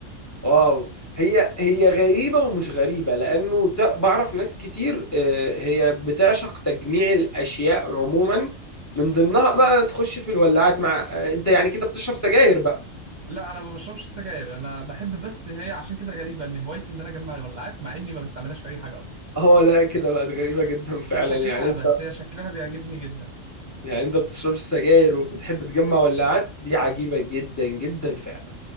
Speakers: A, on the left; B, on the right.
A: واو هي هي غريبه ومش غريبه لانه ت- بعرف ناس كتير آه، هي بتعشق تجميع الاشياء عموما من ضمنها بقى تخش في الولاعات مع آه، انت يعني كده بتشرب سجاير بقى
B: لا انا ما بشربش سجاير انا بحب بس هي عشان كده غريبه ان هوايتي ان انا اجمع الولاعات مع اني ما بستعملهاش في اي حاجه اصلا
A: اه لا كده بقت غريبه جدا فعلا
B: كشكلها
A: يعني انت
B: بس هي شكلها بيعجبني جدا
A: يعني انت بتشربش سجاير وبتحب تجمع ولاعات دي عجيبه جدا جدا فعلا